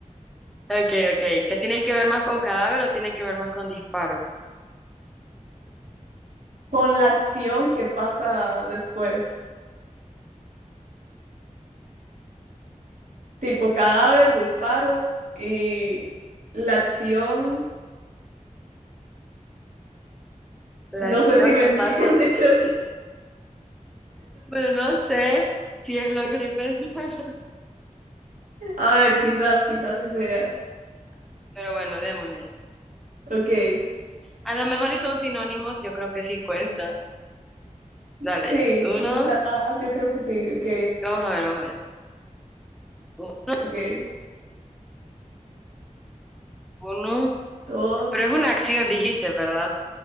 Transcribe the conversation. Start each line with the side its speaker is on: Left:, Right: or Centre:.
Centre: Ok, ok. ¿Qué tiene que ver más con cadáver o tiene que ver más con disparo?
Right: con la acción que pasa después, tipo cadáver, disparo y la acción,
Centre: La
Right: no
Centre: acción
Right: sé si me
Centre: que
Right: <laughs> entiende,
Centre: pasa
Right: creo que,
Centre: Bueno, no sé si es lo que estoy pensando,
Right: a ver, quizás, quizás sí sea,
Centre: <laughs> pero bueno, démosle.
Right: ok.
Centre: A lo mejor y son sinónimos, yo creo que sí cuenta. Dale,
Right: Sí,
Centre: uno,
Right: quizás, yo creo que sí, ok,
Centre: vamos a ver, vamos a ver. Un-
Right: ok.
Centre: Uno,
Right: Dos.
Centre: pero es una acción, dijiste, ¿verdad?